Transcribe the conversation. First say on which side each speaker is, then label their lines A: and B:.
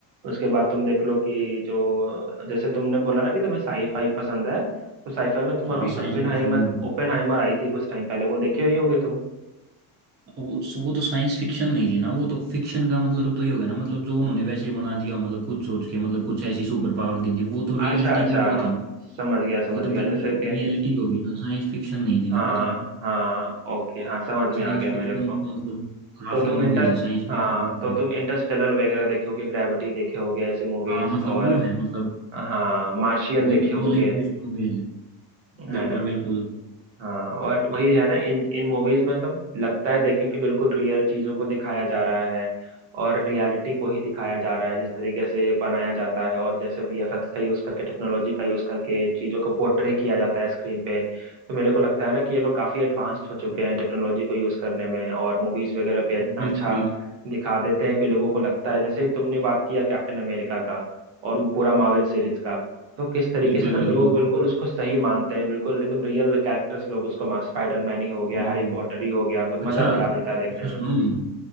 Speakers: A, on the right; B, on the right.
A: उसके बाद तुम देख लो कि जो जैसे तुमने बोला ना कि तुम्हें साईफाई पसंद है तो साईफाई में तुम
B: हाँ
A: अभी
B: साइंस
A: ओपेनहाइमर
B: फिक्शन
A: ओपेनहाइमर आई थी कुछ टाइम पहले वो देखे ही होगे तुम
B: वो वो तो साइंस फिक्शन नहीं थी ना वो तो फिक्शन का मतलब तो ये हो गया ना मतलब जो उन्होंने वैसे ही बना दिया मतलब कुछ सोच के मतलब कुछ ऐसी सुपर पावर दी थी वो तो रियलिटी
A: अच्छा अच्छा
B: पे वो थी
A: समझ गया समझ
B: वो तो
A: गया
B: बिल्कुल
A: जैसे कि
B: रियलिटी होगी ना साइंस फिक्शन नहीं थी ना
A: हाँ
B: वो तो
A: हाँ ओके हाँ समझ में
B: साइंस
A: आ गया मेरे
B: फिक्शन
A: को
B: तो मतलब काफी
A: तो तुम
B: मूवीज
A: इंटर
B: है साइंस
A: हाँ
B: फिक्शन में तो मतलब।
A: तो तुम इंटरस्टेलर वगैरह देखे होगे ग्रेविटी देखे होगे ऐसे मूवीज
B: हाँ मतलब
A: और
B: वो है मतलब
A: हाँ मार्शियन
B: वो
A: देखे
B: तो
A: होगे
B: नॉलेज बेस्ड मूवीज है बिल्कुल
A: है ना
B: बिल्कुल
A: हाँ और वही है ना इन इन मूवीज में तब लगता है देखे कि बिल्कुल रियल चीजों को दिखाया जा रहा है और रियलिटी को ही दिखाया जा रहा है जिस तरीके से बनाया जाता है और जैसे वीएफएक्स का यूज करके टेक्नोलॉजी का यूज करके चीजों को पोर्ट्रे किया जाता है स्क्रीन पे तो मेरे को लगता है ना कि ये लोग काफी एडवांस्ड हो चुके हैं टेक्नोलॉजी को यूज करने में और मूवीज वगैरह पे इतना
B: बिल्कुल
A: अच्छा दिखा देते हैं कि लोगों को लगता है जैसे तुमने बात किया कैप्टन अमेरिका का और वो पूरा मार्वल सीरीज का तो किस तरीके
B: बिल्कुल
A: से ना लोग
B: बिल्कुल
A: बिल्कुल उसको सही मानते हैं बिल्कुल एकदम रियल कैरेक्टर्स लोग उसको मा- स्पाइडरमैन ही हो गया
B: बिल्कुल
A: हैरी पॉटर ही हो गया तो
B: अच्छा
A: मजा दिला देता है देखने
B: अच्छा
A: में
B: सुनो ना।